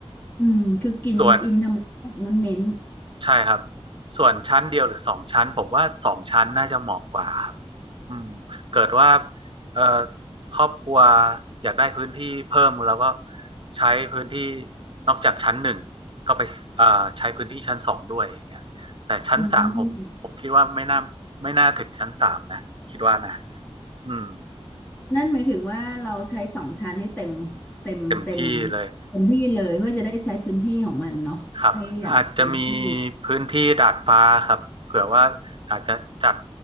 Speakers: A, on the left; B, on the right.
A: อืมคือกินอินธรรมชาตินั้นเน้น
B: ส่วน ใช่ครับส่วนชั้นเดียวหรือสองชั้นผมว่าสองชั้นน่าจะเหมาะกว่าครับอืมเกิดว่าเอ่อครอบครัวอยากได้พื้นที่เพิ่มแล้วก็ใช้พื้นที่นอกจากชั้นหนึ่งก็ไปเอ่อใช้พื้นที่ชั้นสองด้วยอย่างเงี้ยแต่ชั้นสามผมผมคิดว่าไม่น่าไม่น่าถึงชั้นสามนะคิดว่านะ
A: ๆอืม
B: อืม
A: นั่นหมายถึงว่าเราใช้สองชั้นให้เต็มเต็มเต็ม
B: เต็มที่เลย
A: เต็มที่เลยเพื่อจะได้ใช้พื้นที่ของมันเนาะให้อย่างเต็มที่
B: ครับอาจจะมีพื้นที่ดาดฟ้าครับเผื่อว่าอาจจะจัด